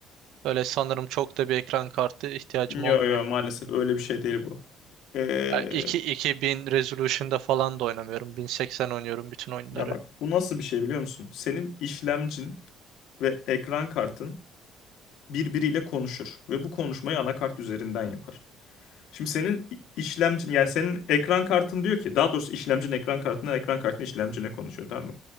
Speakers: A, on the right; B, on the left.
A: Öyle sanırım çok da bir ekran kartı ihtiyacım
B: Yo
A: olmuyor.
B: yo maalesef öyle bir şey değil bu. Ee,
A: Yani 2 2000 resolution'da falan da oynamıyorum. 1080 oynuyorum bütün oyunları.
B: ya bak bu nasıl bir şey biliyor musun? Senin işlemcin ve ekran kartın birbiriyle konuşur ve bu konuşmayı anakart üzerinden yapar. Şimdi senin işlemcin yani senin ekran kartın diyor ki daha doğrusu işlemcin ekran kartından ekran kartın işlemcine konuşuyor tamam mı?